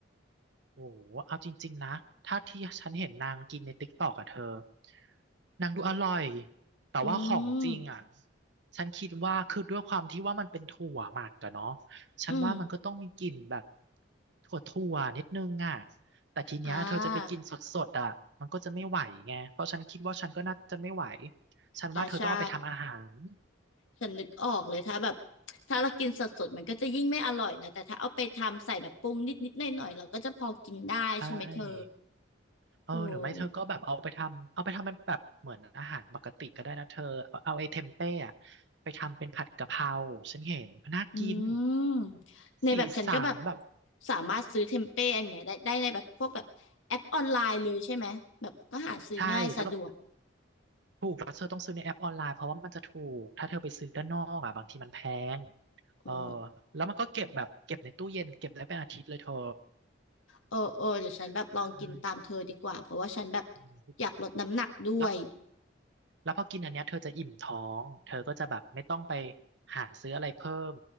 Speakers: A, on the right (about 65°); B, on the left (about 90°).
A: โอ้โหเอาจริงๆนะถ้าที่ฉันเห็นนางกินในติ๊กตอกอะเธอนางดูอร่อยแต่ว่าของจริงอะ
B: อืม
A: ฉันคิดว่าคือด้วยความที่ว่ามันเป็นถั่วหมักอะเนาะฉันว่ามันก็ต้องมีกลิ่นแบบ
B: อืม
A: ถั่วถั่วนิดนึงอะแต่ทีเนี้ยเธอจะไปกินสดๆอะมันก็จะไม่ไหวไงเพราะฉันคิดว่าฉันก็น่าจะไม่ไหว
B: อ่า
A: ฉันว่าเธอต้องเอาไปทำอาหาร
B: อ่าใช่ฉันนึกออกเลยถ้าแบบถ้าเรากินสดๆมันก็จะยิ่งไม่อร่อยนะแต่ถ้าเอาไปทำใส่แบบปรุงนิดๆหน่อยๆเราก็จะพอกินได้ใช่ไหมเธอ
A: ใช่ เออหรือไม่เธอก็แบบเอาไปทำเอาไปทำเป็นแบบเหมือนอาหารปกติก็ได้นะเธอ
B: โอ้
A: เอาเอาไอ้เทมเป้อะไปทำเป็นผัดกะเพราฉันเห็นน่ากิน
B: อืมในแบบฉันก็แบบ
A: สีสันแบบ
B: สามารถซื้อเทมเป้อันเนี้ยได้ได้ในแบบพวกแบบแอปออนไลน์เลยใช่ไหมแบบก็หาซื้อง่ายสะดวก
A: ใช่แล้วก็ถูกแล้วเธอต้องซื้อในแอปออนไลน์เพราะว่ามันจะถูกถ้าเธอไปซื้อด้านนอกอ่ะบางทีมันแพงเออ
B: อ๋อ
A: แล้วมันก็เก็บแบบเก็บในตู้เย็นเก็บได้เป็นอาทิตย์เลยเธอ
B: เออเออเดี๋ยวฉันแบบลองกินตามเธอดีกว่าเพราะว่าฉันแบบ
A: ใช่อืม
B: อยากลดน้ำหนักด้วย
A: แล้ว แล้วพอกินอันเนี้ยเธอจะอิ่มท้อง เธอก็จะแบบไม่ต้องไปหาซื้ออะไรเพิ่ม